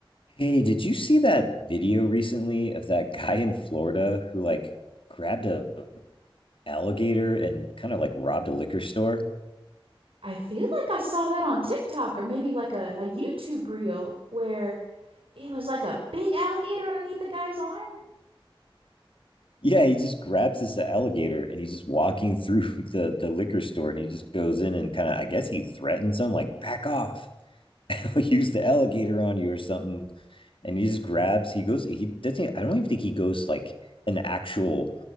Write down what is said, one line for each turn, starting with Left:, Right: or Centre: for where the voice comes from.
Left: Hey, did you see that video recently of that guy in Florida who like grabbed a alligator and kind of like robbed a liquor store?
Right: I feel like I saw that on TikTok or maybe like a, a YouTube reel where it was like a big alligator underneath the guy's arm.
Left: Yeah, he just grabs this alligator and he's just walking through <laughs> the the liquor store and he just goes in and kind of I guess he threatens them like back off. <laughs> use the alligator on you or something. And he just grabs, he goes, he doesn't, I don't even think he goes like an actual